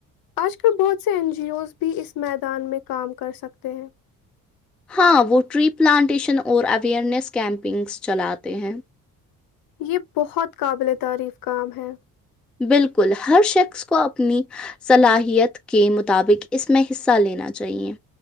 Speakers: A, on the left (about 50°); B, in the centre.
A: آج کل بہت سے این جی اوز بھی اس میدان میں کام کر سکتے ہیں
B: ہاں وہ ٹری پلانٹیشن اور اویئرنیس کیمپنگس چلاتے ہیں
A: یہ بہت قابل تعریف کام ہے
B: بالکل ہر شخص کو اپنی صلاحیت کے مطابق اس میں حصہ لینا چاہیئے